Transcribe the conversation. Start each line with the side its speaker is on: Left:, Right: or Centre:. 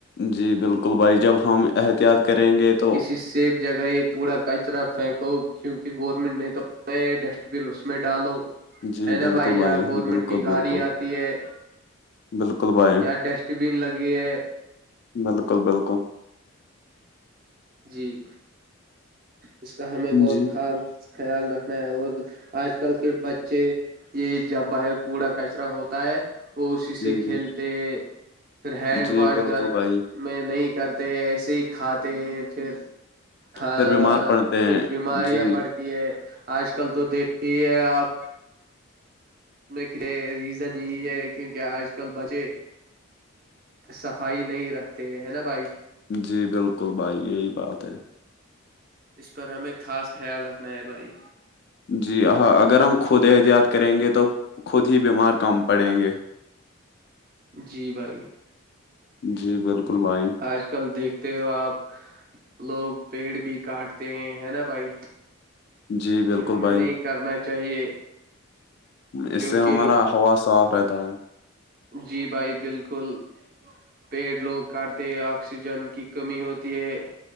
Left: جی بالکل بھائی جب ہم احتیاط کریں گے تو
Right: اس سے جگہ ایک کوڑا کچرا پھینکو کیونکہ گورنمنٹ نے تو نیا ڈسٹ بن اس میں ڈالو
Left: جی
Right: ہے نا
Left: بالکل
Right: بھائی گورنمنٹ
Left: بالکل
Right: کی گاڑی
Left: بالکل
Right: آتی ہے
Left: بالکل بھائی
Right: یا ڈسٹ بین لگے ہے
Left: بالکل بالکل
Right: جی اس کا ہمیں بہت
Left: جی
Right: خل خیال رکھنا ہے اور آج کل کے بچے یہ جب باہر کوڑا کچرا ہوتا ہے وہ اسی سے
Left: جی
Right: کھیلتے
Left: جی
Right: پھر ہینڈ
Left: جی
Right: واش
Left: بالکل
Right: گھر
Left: بھائی
Right: میں نہیں کرتے ایسے ہی کھاتے ہیں پھر کھانا
Left: پھر بیمار
Right: وانا
Left: پڑتے ہیں
Right: پھر بیماریاں
Left: جی
Right: بڑھتی ہے آج کل تو دیکھتی ہے آپ اس ریزن یہی ہے کیونکہ آج کل بچے صفائی نہیں رکھتے ہے نا بھائی
Left: جی بالکل بھائی یہی بات ہے
Right: اس پر ہمیں خاص خیال رکھنا ہے بھائی
Left: جی ہاں اگر ہم خود احتیاط کریں گے تو خود ہی بیمار کم پڑیں گے <inaudible>
Right: جی بھائی
Left: جی بالکل بھائی
Right: آج کل دیکھتے ہو آپ لوگ پیڑ بھی کاٹتے ہے نا بھائی
Left: جی بالکل
Right: یہ ہمیں
Left: بھائی
Right: نہیں کرنا چاہیے
Left: اس
Right: کیونکہ
Left: سے ہمارا ہوا صاف رہتا ہے
Right: جی بھائی بالکل پیڑ لوگ کاٹتے ہیں آکسیجن کی کمی ہوتی ہے